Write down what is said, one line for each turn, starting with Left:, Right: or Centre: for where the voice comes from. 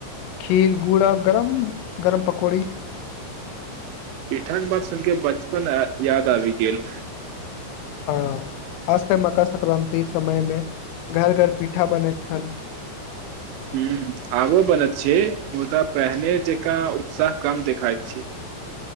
Left: खीर गूड़ गरम गरम पकौड़ी
Right: पीठाक बाद सुनके बचपन याद आबि गेल
Left: हँ खासकर मकर संक्रान्ति समयमे घर घर पीठा बनैत छल
Right: हुं आबो बनैत छै मुदा पहिने जकाँ उत्साह काम देखाय छै